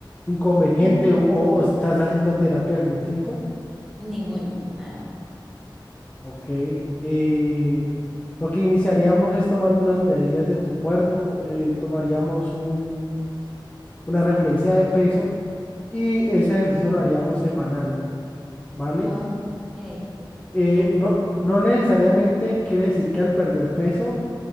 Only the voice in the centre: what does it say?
Mm,
Ninguno, nada.
Ok,
me interesa.